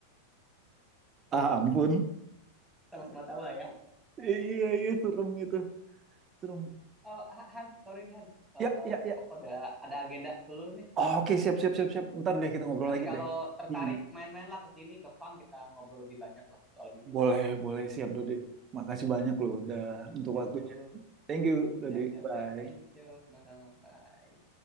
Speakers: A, on the right; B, in the centre.
A: Ah ampun.
B: <laughs> Sama-sama tahu lah ya.
A: Iya iya serem itu. Serem.
B: Oh, Ha- Han, sorry nih Han.
A: Ya
B: Eh,
A: ya ya.
B: aku ada ada agenda dulu nih.
A: Oke siap siap siap siap. Ntar deh
B: Ya,
A: kita ngobrol
B: Nanti
A: lagi
B: kalau
A: deh.
B: tertarik
A: Hmm.
B: main-main lah ke sini ke farm kita ngobrol lebih banyak lah soal bisnis
A: Boleh,
B: ikan.
A: boleh siap Dodi. Makasih
B: Siap,
A: banyak
B: siap.
A: loh udah untuk
B: Yo,
A: waktunya. Thank you Dodi.
B: siap, siap,
A: Bye.
B: siap. Thank you. Sama-sama. Bye.